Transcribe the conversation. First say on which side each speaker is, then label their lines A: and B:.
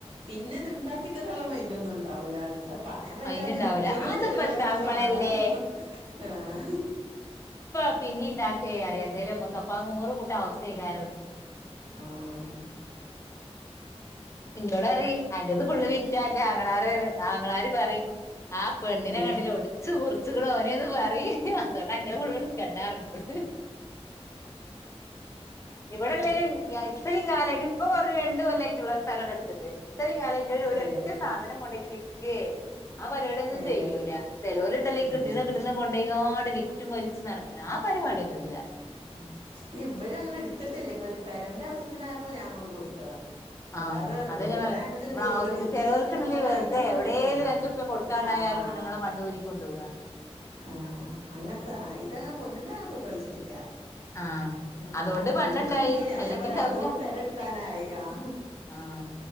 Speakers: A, on the right (about 55°); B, on the left (about 25°).
A: പിന്നെ അത് ഇണ്ടാക്കി തരാളള മൈൻഡൊന്നും ഉ ണ്ടാവൂല അല്ലം പണയം വെച്ചാ
B: അയിന്ണ്ടാവൂല
A: അത് ഇടുത്തെങ്കിലും
B: അതിപ്പത്താ
A: തരുല്ലോ ന്നുള്ളരു
B: അപ്പളല്ലേ
A: സമാനണ്ടാവും ആഹ്
B: അപ്പനിണ്ടാക്കെറയും എന്തേലും മ്മക്ക് അപ്പ നൂറുകൂട്ടം അവസ്ഥേ <unintelligible>
A: ആ
B: <unintelligible> വിറ്റ ന്റെ ആങ്ങളാര് ആങ്ങളാര് പറയും ആ പെണ്ണിനെ
A: ആ
B: കണ്ടിലെ ഒടിച്ച് മുറിച്ച്ക്ക്ണ് ഓനെ പറയും അതോണ്ട് അൻ്റെ ഫുള്ള് ഇടുക്കണ്ട പറഞ്ഞോള് ഇവടെല്ലേലും ഞ ഇത്രയും കാലായിട്ട് ഇപ്പോ കൊറെ രണ്ട് കൊല്ലായിട്ടുള്ളു ആ സ്ഥലംങ്ങ് എടുത്തിട്ട് ഇത്രയും കാലം എൻ്റെരു ഒരു ഒരൊറ്റ
A: ഏ
B: സാധനം കൊണ്ടയിട്ട് വിക്കേ ആ പരിപാടിന്നും
A: ഏ
B: ചെയ്യൂല
A: ഏ
B: ചെലോലുണ്ടല്ലോ ഈ
A: ആഹ്
B: കിട്ടുന്ന കിട്ടുന്ന കൊണ്ടയോണ്ട് വിറ്റും വലിച്ചു നടക്കണെ ആ പരിപാടിന്നും ഇ
A: ഉം ഇല്ല ഇവരും അങ്ങനെ എടുത്തിട്ടില്ല ഇപ്പോ പെരന്റെ ആവശ്യത്തിനായപ്പോ ഞാൻ കൊണ്ട് കൊടുത്തതാ അല്ലാതെ
B: ആഹ് അതെ
A: വെറുതെ
B: ഞാ പറഞ്ഞേ
A: അങ്ങട്ട് ഇങ്ങട്ട്
B: മ്മടെ ആവസ്യക്ക്
A: ഓരോ ബിസിനസ്ക്ക്
B: ചെലോൽക്ക്ണ്ടല്ലോ
A: ഇറക്കാൻ
B: ഈ വെറ്തെ
A: അയിനൊന്നും
B: എവിടെലും
A: ആഹ്
B: ഒരഞ്ചു റുപ്പ കൊടുക്കാണ്ടായ
A: ആഹ്
B: യാലും പെണ്ണുങ്ങടെ പണ്ടം ഊരി കൊണ്ടവാ
A: ആഹ് അങ്ങനത്തെ ആ ഇതങ്ങനെ പൊന്നുമേ ആഹ്‌ തൊട്ട് കളിച്ചിട്ടില്ല
B: ആഹ്
A: ആഹ് അതോണ്ട്
B: പണ്ടണ്ടായി
A: ഇതിണ്ടേനിം അപ്പ
B: അല്ലെങ്കി
A: ഞാൻ പറയും
B: ഇണ്ടാവൂല
A: അതോണ്ട് പെരെടുക്കാനായി ആഹ്
B: ആഹ്